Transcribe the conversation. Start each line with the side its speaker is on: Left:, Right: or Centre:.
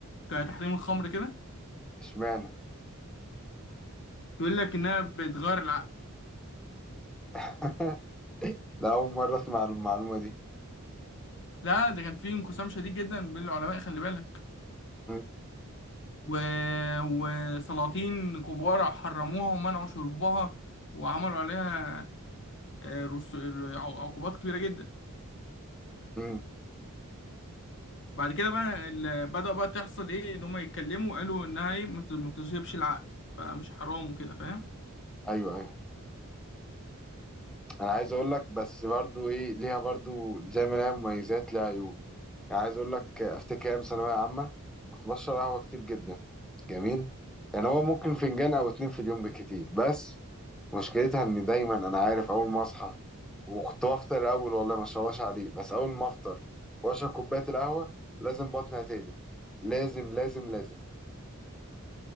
Left: كتحريم الخمر كده
Centre: اشمعنى
Left: يقول لك انها بتغير العقل
Centre: <laughs> لا أول مرة أسمع المعلومة دي
Left: لا ده كان في انقسام شديد جدا بين العلماء خلي بالك
Centre: مم.
Left: و... وسلاطين كبار حرموها ومنعوا شربها وعملوا عليها آه، رس... عقوبات كبيرة جدا
Centre: مم.
Left: بعد كده بقى ال... بدأ بقى تحصل ايه ان هم يتكلموا قالوا انها ايه ما بت- ما بتذهبش العقل فمش حرام وكده فاهم
Centre: أيوه أيوه أنا عايز أقول لك بس برضو إيه ليها برضو زي ما ليها مميزات ليها عيوب يعني عايز أقول لك أفتكر أيام ثانوية عامة كنت بشرب قهوة كتير جدا جميل يعني هو ممكن فنجان أو اتنين في اليوم بالكتير بس مشكلتها إن دايما أنا عارف أول ما أصحى وكنت بفطر أول والله ما أشربهاش عليه بس أول ما أفطر وأشرب كوباية القهوة لازم بطني هتقلب لازم لازم لازم